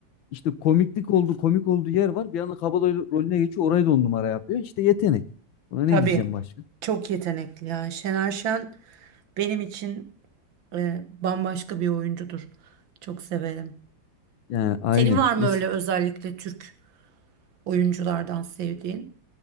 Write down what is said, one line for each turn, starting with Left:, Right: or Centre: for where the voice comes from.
Left: işte komiklik oldu komik olduğu yer var. Bir anda kabadayı rolüne geçiyor orayı da on numara yapıyor. İşte yetenek. Buna ne
Right: Tabii.
Left: diyeceğim başka?
Right: Çok yetenekli yani. Şener Şen benim için e, bambaşka bir oyuncudur. Çok severim.
Left: Yani aynı.
Right: Senin var mı
Left: Mesela
Right: öyle özellikle Türk oyunculardan sevdiğin?